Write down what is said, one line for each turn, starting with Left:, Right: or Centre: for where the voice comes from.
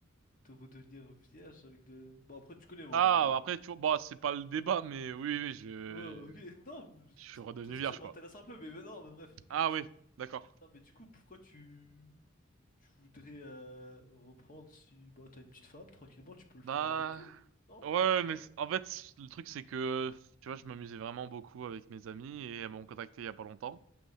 Left: de redevenir vierge avec de... Bon, après, tu connais, moi,
Right: Ah,
Left: je...
Right: après, tu vois, bah, c'est pas le débat, mais oui, oui, je,
Left: Ouais, ok, non, mais
Right: je suis
Left: peut-
Right: redevenu
Left: peut-être
Right: vierge,
Left: que ça m'intéresse
Right: quoi.
Left: un peu, mais, mais non, mais bref, ok.
Right: Ah oui, d'accord.
Left: Non, mais du coup, pourquoi tu... Tu voudrais euh, reprendre si... Bah, t'as une petite femme, tranquillement, tu peux le
Right: Bah,
Left: faire avec elle? Non,
Right: ouais,
Left: je sais
Right: mais
Left: pas.
Right: c- en fait, c- le truc, c'est que, tu vois, je m'amusais vraiment beaucoup avec mes amis et elles m'ont contacté il y a pas longtemps